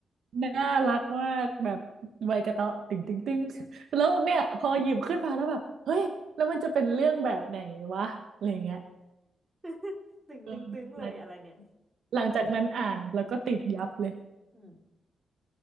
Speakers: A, on the right; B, on the right.
A: น่ารักมากแบบใบกระเตาะตึงตึงตึง <laughs> แล้วเนี่ยพอหยิบขึ้นมาแล้วแบบเฮ้ยแล้วมันจะเป็นเรื่องแบบไหนวะอะไรเงี้ย
B: <laughs> ตึงตึงตึงเลยอะไรเนี่ย
A: เออหลังหลังจากนั้นอ่านแล้วก็ติดยับเลย
B: อืม